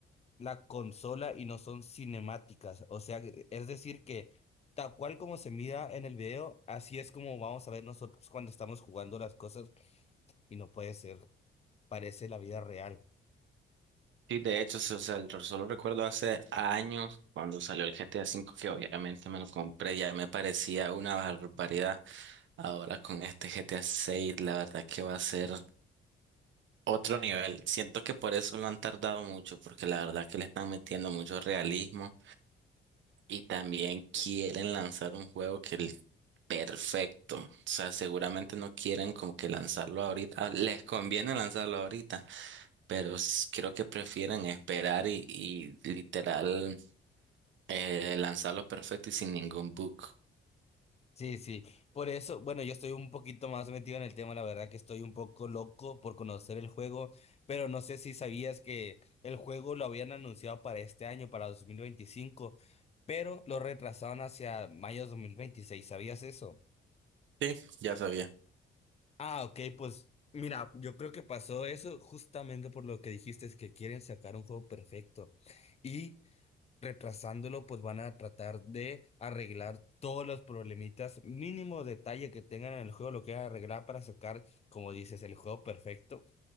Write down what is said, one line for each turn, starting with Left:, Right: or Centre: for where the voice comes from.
Left: la consola y no son cinemáticas. O sea, que- es decir, que tal cual como se mira en el video, así es como vamos a ver nosotros cuando estamos jugando las cosas y no puede ser, parece la vida real.
Right: Sí, de hecho, so, o sea, el- solo recuerdo hace años cuando salió el GTA V, que obviamente me lo compré, ya me parecía una barbaridad. Ahora con este GTA 6, la verdad que va a ser otro nivel. Siento que por eso lo han tardado mucho, porque la verdad que le están metiendo mucho realismo Y también quieren lanzar un juego que el perfecto. O sea, seguramente no quieren como que lanzarlo ahorita. Ah, Les conviene lanzarlo ahorita, pero s- creo que prefieren esperar y, y literal eh, lanzarlo perfecto y sin ningún bug.
Left: Sí, sí. Por eso, bueno, yo estoy un poquito más metido en el tema, la verdad que estoy un poco loco por conocer el juego, pero no sé si sabías que el juego lo habían anunciado para este año, para 2025, pero lo retrasaron hacia mayo de 2026. ¿sabías eso?
Right: Sí, ya sabía.
Left: Ah, ok, pues mira, yo creo que pasó eso justamente por lo que dijiste, es que quieren sacar un juego perfecto. Y retrasándolo, pues van a tratar de arreglar todos los problemitas, mínimo detalle que tengan en el juego, lo que arreglar para sacar, como dices, el juego perfecto.